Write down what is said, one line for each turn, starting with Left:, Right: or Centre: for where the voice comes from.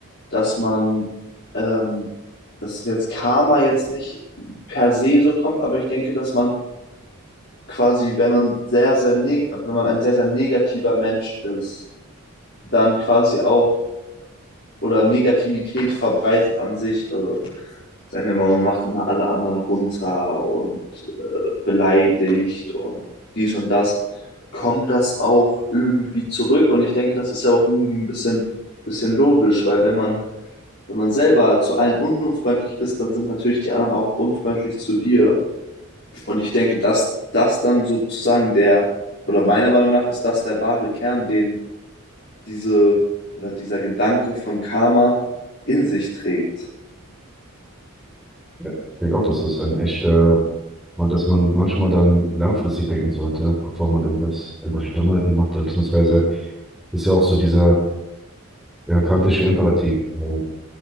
Left: dass man, ähm, dass jetzt Karma jetzt nicht per se so kommt, aber ich denke, dass man quasi, wenn man sehr, sehr neg wenn man ein sehr, sehr negativer Mensch ist, dann quasi auch oder Negativität verbreitet an sich. Also sagen wir mal, man macht immer alle anderen runter und äh, beleidigt und dies und das, kommt das auch irgendwie zurück. Und ich denke, das ist ja auch irgendwie ein bisschen, bisschen logisch, weil wenn man, wenn man selber zu allen unfreundlich ist, dann sind natürlich die anderen auch unfreundlich zu dir. Und ich denke, dass das dann sozusagen der, oder meiner Meinung nach ist das der wahre Kern, den diese oder dieser Gedanke von Karma in sich trägt.
Centre: Ja, ich denke auch, das ist ein echter, man, dass man manchmal dann langfristig denken sollte, bevor man irgendwas, irgendwelche Dummheiten macht, oder beziehungsweise ist ja auch so dieser ja, kantische Imperativ, äh,